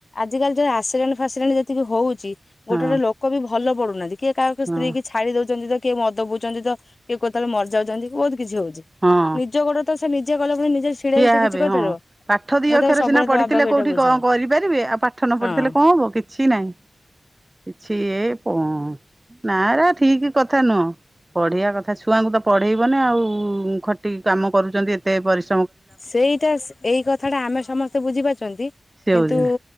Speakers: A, on the left (about 35°); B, on the right (about 20°).
A: ଆଜିକାଲି ଯୋଉ ଆସିଡେଣ୍ଟ ଫାସିଡେଣ୍ଟ ଯେତିକି ହଉଚି ଗୋଟେ
B: ହଁ
A: ଗୋଟେ ଲୋକ ବି ଭଲ ପଡୁନାହାନ୍ତି କିଏ କାହାକୁ
B: ହଁ
A: ସ୍ତ୍ରୀ କି ଛାଡି ଦଉଛନ୍ତି ତ କିଏ ମଦ ପିଉଚନ୍ତି ତ କିଏ କେତେବେଳେ ମରିଯାଉଚନ୍ତି ବହୁତ କିଛି ହଉଚି
B: ହଁ
A: ନିଜ ଗୋଡରେ ତ ସେ ନିଜେ ଗଲା ପରେ ନିଜେ ଛିଡା
B: ଠିଆ
A: ହେଇ ତ
B: ହେବେ
A: କିଛି କରିପାରିବ।
B: ହଁ ପାଠ ଦି
A: ମୁଁ
B: ଅକ୍ଷର
A: ତାକୁ ସବୁବେଳେ
B: ସିନା ପଢିଥିଲେ
A: ତା ବାବାକୁ
B: କୋଉଠି
A: ଏଇଟା ବୁଝାଏ
B: କଣ କରିପାରିବେ ଆଉ ପାଠ ନ
A: ହଁ।
B: ପଢିଥିଲେ କଣ ହବ କି କିଛି ନାହିଁ କିଛି ଏ କଣ ନା ଏଗୁରା ଠିକ୍ କଥା ନୁହଁ। ପଢେଈବା କଥା, ଛୁଆଙ୍କୁ ତ ପଢେଇବନି ଆଉ ଖଟିକି କାମ କରୁଛନ୍ତି ଏତେ ପରିଶ୍ରମ୍
A: ସେଇଟା ସ ଏଇ କଥାଟା ଆମେ ସମସ୍ତେ ବୁଝିପାରୁଚନ୍ତି
B: ସେ
A: କିନ୍ତୁ
B: ବୁଝିନା